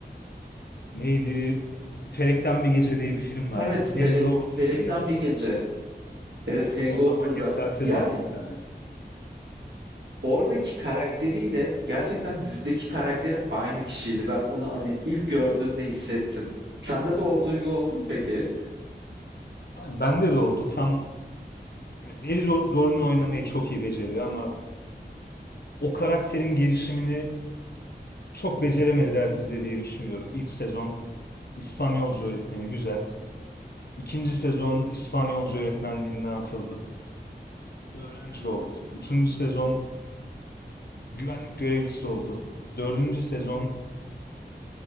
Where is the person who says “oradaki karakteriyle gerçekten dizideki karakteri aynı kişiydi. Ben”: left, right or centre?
Right